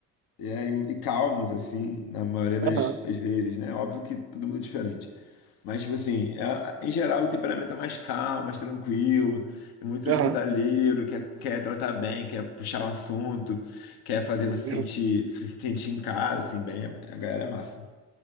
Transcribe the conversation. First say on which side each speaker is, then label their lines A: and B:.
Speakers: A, on the left; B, on the right.
A: é, e, e calmos, assim, na maioria das,
B: Aham,
A: das vezes, né, óbvio que todo mundo é diferente. Mas, tipo assim, é- em geral o temperamento é mais calmo, mais tranquilo, é muito
B: aham,
A: hospitaleiro, quer, quer tratar bem, quer puxar o assunto, quer fazer você sentir,
B: aham,
A: se sentir em casa, assim, bem. A galera é massa.